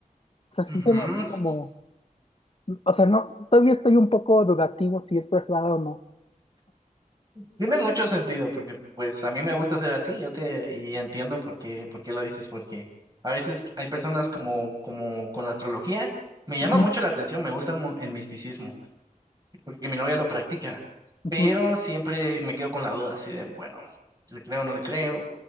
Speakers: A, on the left; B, on the right.
A: O sea, sí
B: Ujú,
A: se me hace como,
B: s-
A: o sea, no, todavía estoy un poco dudativo si es verdad o no.
B: Tiene mucho sentido, porque pues a mí me gusta ser así, yo te y entiendo por qué, por qué lo dices, porque a veces hay personas como, como con la astrología, me llama
A: Ujú,
B: mucho la atención, me gusta el, mu- el misticismo, porque mi novia lo practica,
A: ujú.
B: pero siempre me quedo con la duda, así de, bueno, si ¿le creo o no le creo?